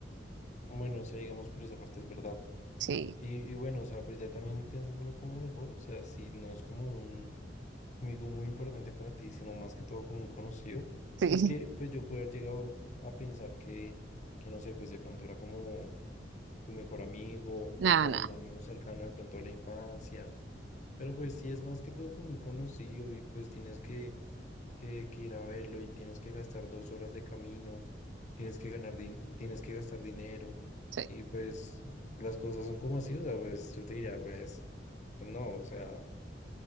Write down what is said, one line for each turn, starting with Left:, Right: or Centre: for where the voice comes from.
Left: Bueno, o sea, digamos por esa parte es verdad.
Right: Sí,
Left: Y, y bueno, o sea, pues ya también pensándolo como mejor, o sea, si no es como un amigo muy importante para ti, sino más que todo como un conocido. O
Right: sí,
Left: sea, es que
Right: <laughs>
Left: pues yo pude haber llegado a pensar que, que no sé, pues de pronto era como tu mejor amigo
Right: nada,
Left: o
Right: nada,
Left: un amigo cercano de pronto a la infancia. Pero pues sí es más que todo como un conocido y pues tienes que que, que ir a verlo y tienes que gastar dos horas de camino, tienes que ganar din- tienes que gastar dinero
Right: sí.
Left: y pues las cosas son como así, o sea, pues yo te diría, pues no, o sea,